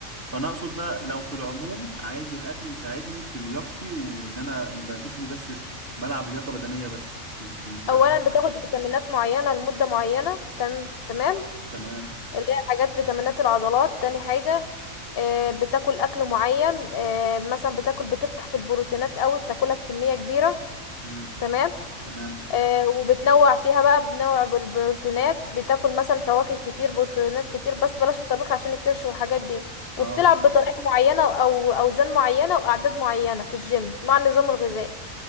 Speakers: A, on the right; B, on the left.
A: فانا اقصد بقى لو في العموم عايز الاكل يساعدني في لياقتي وان انا يبقى جسمي بس بلعب لياقة بدنية بس مش مش بحمل
B: اولا بتاخد فيتامينات معينه لمده معينه تمام تمام
A: تمام
B: اللي هي حاجات فيتامينات العضلات تاني حاجه آه، بتاكل اكل معين آه، مثلا بتاكل بتفتح في البروتينات قوي بتاكلها بكميه كبيره
A: امم
B: تمام
A: تمام
B: آه، وبتنوع فيها بقى بتنوع بالبروتينات بتاكل مثلا فواكه كتير بروتينات كتير بس بلاش الطبيخ عشان الكرش والحاجات دي وبتلعب
A: اه
B: بطريقة معينة او اوزان معينة واعداد معينة في الجيم مع النظام الغذائي